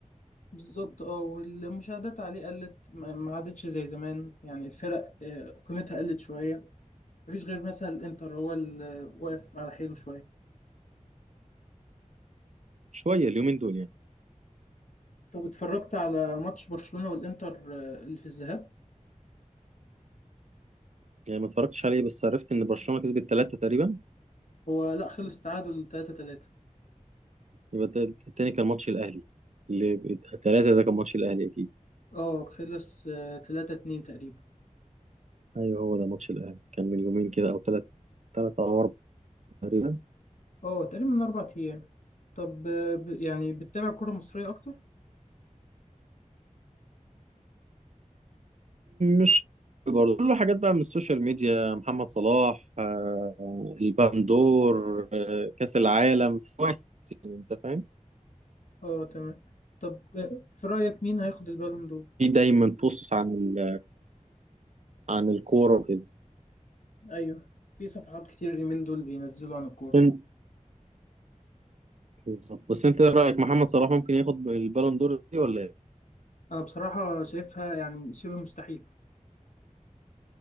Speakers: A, on the left; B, on the right.
A: بالظبط اه والمشاهدات عليه قلت ما ما عادتش زي زمان يعني الفرق آه، قيمتها قلت شوية مفيش غير مثلا الإنتر هو اللي واقف على حيله شوية
B: شويه اليومين دول يعني
A: طب اتفرجت على ماتش برشلونة والإنتر آه، اللي في الذهاب
B: يعني ما اتفرجتش عليه بس عرفت ان برشلونه كسبت ثلاثه تقريبا
A: هو لا خلص تعادل 3-3
B: يبقى التاني التاني كان ماتش الأهلي اللي ثلاثة ده كان ماتش الأهلي أكيد
A: اه خلص آه، 3-2 تقريبا
B: أيوه هو ده ماتش الأهلي كان من يومين كده أو ثلاث ثلاثة أو أربعة تقريبا
A: اه تقريبا من أربع أيام طب آه، ب- يعني بتتابع كرة مصرية أكتر؟
B: مش برضه كله حاجات بقى من السوشيال ميديا محمد صلاح آه، البندور آه، كأس العالم كويس يعني أنت فاهم
A: اه تمام طب آه، في رأيك مين هياخد البالون دور؟
B: في دايما بوستس عن ال- عن الكورة وكده
A: أيوه في صفحات كتير اليومين دول بينزلوا عن الكورة
B: بس أنت بالظبط بس أنت إيه رأيك محمد صلاح ممكن ياخد البالون دور دي ولا إيه؟
A: أنا بصراحة شايفها يعني شبه مستحيل